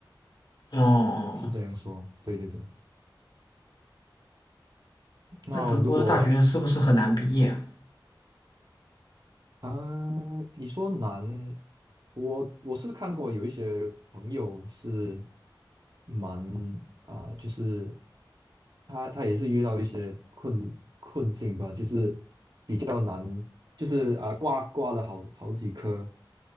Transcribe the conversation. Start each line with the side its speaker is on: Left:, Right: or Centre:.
Left: 哦，哦哦
Right: 是这样说，对对对。那如果
Left: 那德国的大学是不是很难毕业啊？
Right: 啊，你说难，我我是看过有一些朋友是蛮啊、就是他他也是遇到一些困困境吧，就是比较难，就是啊、挂挂了好好几科，